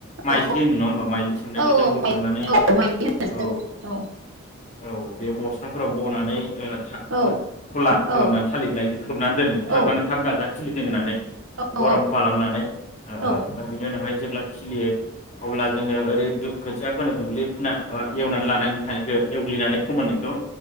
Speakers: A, on the left; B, on the right.
A: माइज्लि
B: औ
A: होनो नङा होमबा माइज्लि सामनायखौ
B: औ
A: जों बोखांनानै
B: औ माइदि
A: औ
B: होनो
A: औ बे बस्थाफोराव बनानै थाब
B: औ
A: खला
B: औ
A: खालामनानै थालिरलाय खोबनानै दोनो थाब
B: औ
A: माने थाब गाजा खिलिथि होननानै
B: औ
A: गरम खालामनानै ओ
B: औ
A: ओमफ्राय बिनि उनावहाय जेब्ला खिलियो। अब्ला जोङो ओरै दुख खोथिया फोनो <unintelligible> ना एवनानै लानानै थानायखौ एवग्लिनानै फोमोननायखौ